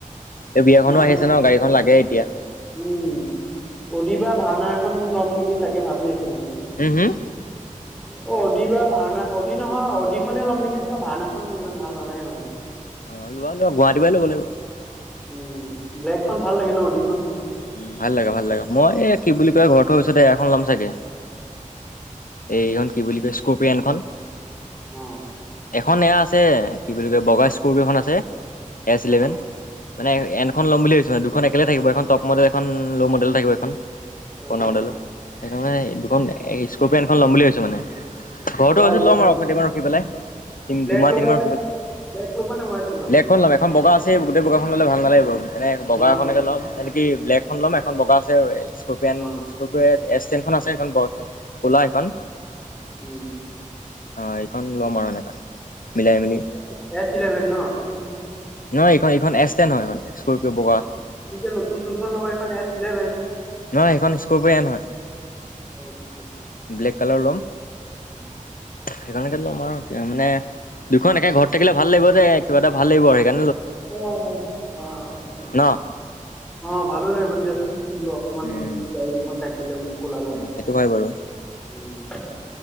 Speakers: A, on the left; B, in the centre.
A: এই বিয়াখনো
B: তোমাৰ
A: আহি আছে ন' গাড়ীখন লাগে এতিয়া।
B: উম, অডি বা ভাৰনা এখন ল'ম নেকি তাকে ভাবি আছে মানে।
A: উম, হুম।
B: <inaudible> অ অডি বা ভাৰনা অডি নহয় অডি খনে ল'ম নেকি তোমাৰ ভাৰনাখন মোৰ ইমান ভাল নালাগে মানে।
A: অ লোৱা লোৱা গুৱাহাটী পৰাই ল'ব লাগিব।
B: উম, ব্লেকখন ভাল লাগে ন' অ'ডিখন।
A: উম, ভাল লাগে ভাল লাগে মই এই কি বুলি কয় ঘৰটো পিছতে এখন ল'ম চাগে। এইখন কি বুলি কয় স্কৰ্পিয়নখন।
B: অঁ
A: এখন এয়া আছে কি বুলি কয় বগা স্কোৰ্পিয়নখন খন আছে এছ
B: অ
A: ইলেভেন। মানে এনখন লম বুলি ভাবছোঁ মানে দুখন একেলগে থাকিব এখন টপ মডেল এখন ল মডেল থাকিব এখন।
B: অ
A: পুৰণা মডেল সেইকাৰানে দুখন স্কৰ্পিয়ানখন এন খন ল'ম বুলি ভাবছো মানে। ঘৰতো
B: লোৱা
A: হোৱাৰ পাছত
B: লোৱা
A: ল'ম আৰু অকণ দিন মান ৰখি পেলাই। তিন
B: ব্লেক
A: দুমাহ
B: ল'বা
A: তিনিমাহ
B: নে ব্লেক ল'বা নে উৱাইট ল'বা।
A: খন ল'ম, এখন বগা আছেই গোটেই বগাখন ল'লে ভাল নালাগিব এনে বগা
B: অ
A: এখনকে
B: অ
A: ল'ম। এনকি ব্লেকখন ল'ম এখন বগা আছে, স্কস্পিয়ান
B: অ
A: এছ টেন খন আছে সে খন ব কলা সেইখন।
B: উম।
A: অঁ এইখন ল'ম আৰু এনেকা, মিলাই মিলি।
B: স্কৰ্পিঅ এচ ইলেভেন ন'।
A: নহয় এইখন এইখন এচ টেন ন হয় এইখন স্কৰৰ্পিয় বগা।
B: এতিয়া নতুন যোনখন ল'ব এখন এছ ইলেভন।
A: নহয় সেইখন স্কৰ্পিয়ন এন হয়।
B: <unintelligible>
A: ব্লেক কালাৰ ল'ম।
B: <unintelligible>
A: সেইখনেকে ল'ম আৰু মানে দুখন একে ঘৰত থাকিলে ভাল লাগিব যে কিবা এটা ভাল লাগিব আৰু সেইকা
B: অঁ অঁ অঁ
A: ন
B: অঁ ভালো লাগিব দিয়াচোন বোলো অকমান
A: উম
B: গাড়ী দুখন থাকিলে বোলো। কোলা বগা,
A: উম সেইটো হয় বাৰু
B: উম।